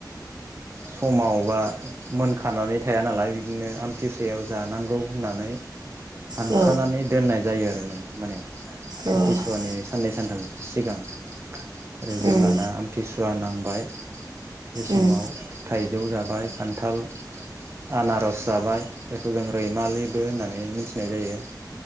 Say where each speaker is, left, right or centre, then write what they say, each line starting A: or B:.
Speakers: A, on the right; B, on the right.
A: समावबा मोनखानानै थाया नालाय बिदिनो आमथिसायाव जानांगौ होननानै हानखानानै
B: औ
A: दोननाय जायो आरो माने
B: औ
A: आमथि सुवानि साननै सानथा सिगां ओरै जेब्लाना
B: उम
A: आमथिसुवा नांग बाइ बे समाव
B: उम
A: थाइजौ जाबाय माइ खान्थाल आनारस जाबाय बेायखौ जों रैमालि होननानै मिथिनाय जायो